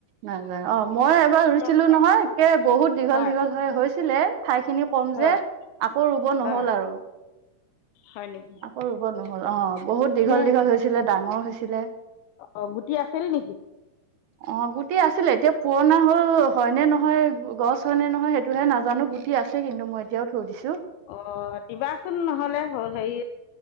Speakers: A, on the right; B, on the left.
A: নাই-নাই অ মই এবাৰ ৰুইছিলো
B: মানে
A: নহয় একে বহুত দীঘল
B: হয়
A: দীঘল হৈ হৈছিলে ঠাই খিনি কম
B: হয়
A: যে আকৌ ৰুব নহল
B: হয়
A: আৰু
B: হয় নেকি
A: আকৌ ৰুব নহল অ বহুত দীঘল
B: এনে
A: দীঘল হৈছিলে ডাঙৰ হৈছিলে
B: অ গুটি আছিল নেকি
A: অ গুটি আছিলে এতিয়া পুৰণা হল হয় নে নহয় গছ হয় নে নহয় সেইটোহে নাজানো গুটি আছে কিন্তু মই এতিয়াও থৈ দিছো
B: অ দিবাচোন নহ'লে হেৰি